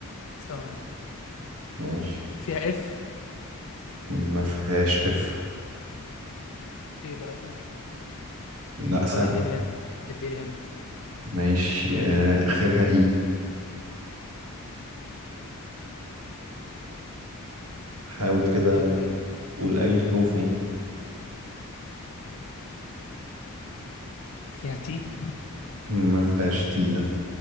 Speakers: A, on the left; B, on the right.
A: ثواني
B: ماشي
A: فيها اف
B: ما فيهاش اف
A: ايه بقى طيب
B: لا سهل
A: طب اديلي هنت اديلي هنت
B: ماشي آه، اخرها اي حاول كده
A: خيرها ايه
B: قول اي حروف يعني
A: فيها تي
B: ما فيهاش تي لا